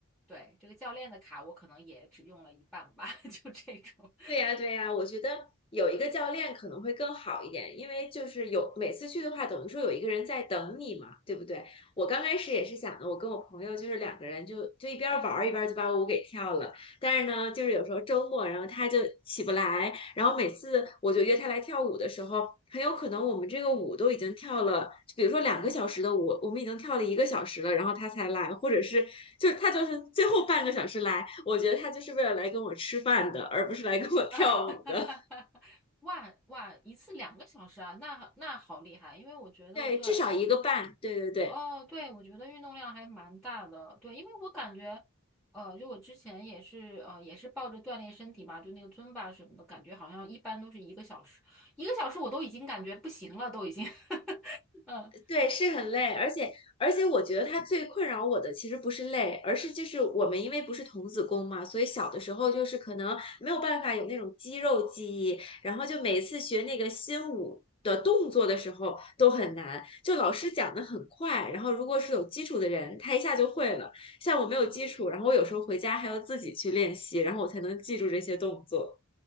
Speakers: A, in the centre; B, on the left.
A: 对这个教练的卡，我可能也只用了一半吧，<laughs> 就这种
B: 对呀，对呀，我觉得有一个教练可能会更好一点，因为就是有每次去的话，等于说有一个人在等你嘛，对不对？我刚开始也是想的，我跟我朋友就是两个人就就一边玩儿一边就把舞给跳了，但是呢，就是有时候周末，然后他就起不来，然后每次我就约他来跳舞的时候，很有可能我们这个舞都已经跳了，就比如说两个小时的舞，我们已经跳了一个小时了，然后他才来，或者是就是他就是最后半个小时来，我觉得他就是为了来跟我吃饭的，而不是来跟我跳舞的。
A: 啊，<laughs> 哇哇，一次两个小时啊，那那好厉害，因为我觉得对
B: 对，至少一个半，对对对。
A: 哦，对，我觉得运动量还蛮大的，对，因为我感觉，呃，就我之前也是，呃，也是抱着锻炼身体嘛，就那个尊巴什么的，感觉好像一般都是一个小时，一个小时我都已经感觉不行了，都已经，<laughs> 嗯，
B: 对，是很累，而且而且我觉得它最困扰我的其实不是累，而是就是我们因为不是童子功嘛，所以小的时候就是可能没有办法有那种肌肉记忆，然后就每次学那个新舞的动作的时候都很难，就老师讲的很快，然后如果是有基础的人，他一下就会了，像我没有基础，然后我有时候回家还要自己去练习，然后我才能记住这些动作。